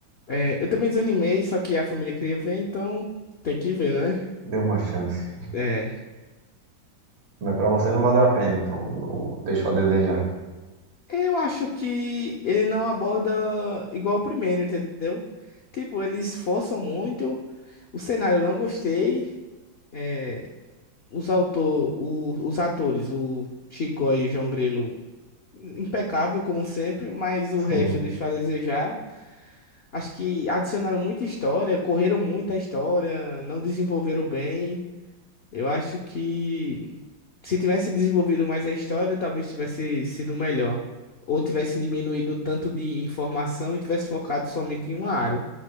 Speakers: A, on the left; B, on the right.
A: É, eu também desanimei, só que a família queria ver, então tem que ver, né?
B: Deu uma chance.
A: É.
B: Mas pra você não valeu a pena, então não- deixou a desejar.
A: Eu acho que ele não aborda igual o primeiro, entendeu? Tipo, eles forçam muito. O cenário eu não gostei. é, os autor, o- os atores, o Chico e João Grilo, impecável como sempre, mas o
B: Sim,
A: resto deixou a desejar. Acho que adicionaram muita história, correram muito a história, não desenvolveram bem. Eu acho que se tivesse desenvolvido mais a história, talvez tivesse sido melhor. Ou tivesse diminuído o tanto de informação e tivesse focado somente em uma área.